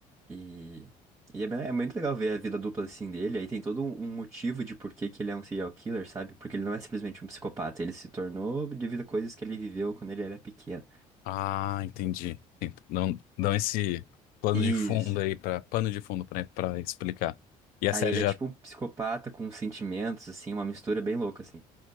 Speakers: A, on the right; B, on the left.
A: E, e é, bem- é muito legal ver a vida dupla, assim, dele. Aí tem todo um um motivo de por que que ele é um serial killer, sabe? Porque ele não é simplesmente um psicopata. Ele se tornou devido a coisas que ele viveu quando ele era pequeno.
B: Ah, entendi. Tem- Dão, dão esse plano
A: Isso.
B: de fundo aí para pano de fundo para para explicar. E a
A: Aí
B: série
A: ele
B: já
A: é tipo um psicopata com sentimentos, assim, uma mistura bem louca, assim.